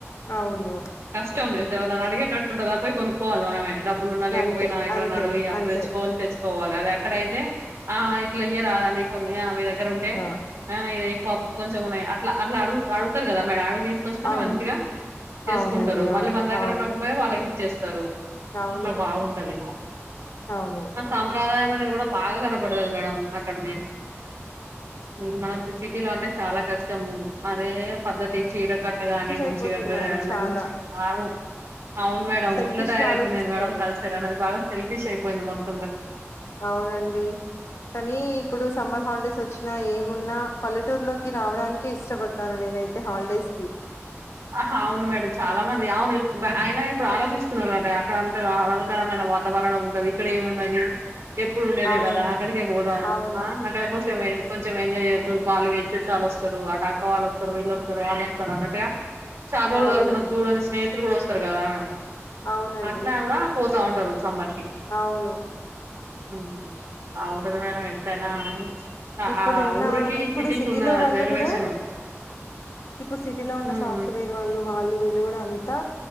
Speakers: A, on the left (about 70°); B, on the right (about 65°).
A: అవును
B: ఎవైర్నన్నా అడిగేటట్టు ఉంటదా పోయి కొనుక్కోవాలి మనమే డబ్బులున్నా లేకపోయినా
A: అంతే
B: ఎక్కడన్నా
A: అంతే
B: అడివి అప్పు
A: అంతే
B: తెచ్చ తెచ్చుకోవాలి అదే అక్కడైతే ఆ ఇట్లా ఇయ్యరాదు ఆండి కొన్ని ఆమె దగ్గర ఉంటే
A: ఆ,
B: ఆ ఇది పప్పు కొంచెం మున్నాయ అట్ల అట్ల అడుగు అడుగుతరు కదా మేడ తీసుకోస్తేనే
A: అవును
B: వంకిరా చేసుకుంటారు
A: అవునండి
B: మళ్ళీ
A: అవును
B: మన దగ్గర
A: అవును
B: <unintelligible> వాళ్ళకి ఇచ్చేస్తారు
A: అవును
B: ఇట్లా బాగుంటది
A: అవును
B: ఆ సాంప్రదాయం అనేది కూడా బాగా కనపడు టది మేడం అక్కడనే ఉమ్ మన చిటీలంటే చాలా కష్టం అదే పద్ధతి చీర కట్ గానే
A: సెల్ఫిష్ అయిపోతున్నారు
B: మంచిగ ట్రై
A: చాలా
B: మంచి ఆవు అవును మేడం
A: సెల్ఫిష్
B: ఇట్ల తయారైతుంది
A: గా ఆలోచిస్తారు
B: ఏంది మేడం కల్చర్ అనేది బాగ సెల్ఫీష్ అయిపోయింది మొత్త
A: అవునండి కనీ ఇప్పుడు సమ్మర్ హాలిడేస్ వచ్చినా ఏమున్నా పల్లెటూరులోకి రావడానికి ఇష్టపడతాను నేనైతే హాలిడేస్ కి
B: ఆహ అవును మేడం చాలా మంది అవును ఆయన ఇప్పుడు ఆలోచిస్తున్నారు కద అక్కడ అంత ఆహ్లాదకరమైన వాతావరణం ఉంటది ఇక్కడ ఏమున్నది ఎప్పుడు ఉండేదే
A: అవును
B: కదా అక్కడికే పోదాము
A: అవును
B: అ అక్కడ కోస <unintelligible> కొంచెం ఎంజాయ్ <inaudible> వాళ్ళు వీళ్ళు చుట్టాలు వస్తారు ఆటక్క వాల్లు వస్తారు వీళ్ళు ఒస్తరు వాళ్ళు వస్తారు అన్నట్టుగా చాలా రోజు
A: అవునండి
B: <unintelligible> చూడని స్నేహితులు కూడా వస్తారు కదా
A: అవునండి
B: అట్లా ఆవిడా పో తావుంటరు సమ్మర్
A: అవును
B: ఉమ్ బావుగుంటది మేడం ఎంతైనా ఆ
A: ఇప్పుడున్నా
B: ఆ ఊరికి
A: ఇప్పుడు
B: సిటీకి
A: సిటీలో
B: ఉన్న
A: వాళ్ళు
B: రిజర్వేషన్
A: కూడా ఇప్పుడు సిటీ లో ఉన్న
B: హ్మ్
A: సాఫ్ట్వేర్ వాళ్ళు వాళ్ళు వీళ్ళు కూడా అంతా